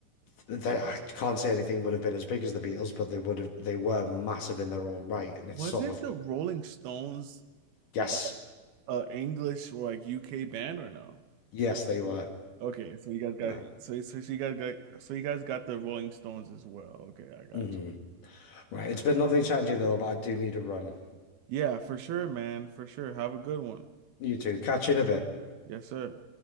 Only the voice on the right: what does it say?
Wasn't
the Rolling Stones
a, a English or like UK band or no?
Okay, so you guys got
so so, so you guys got so you guys got the Rolling Stones as well. Okay, I got
you.
Yeah, for sure, man, for sure. Have a good one.
Yes, sir.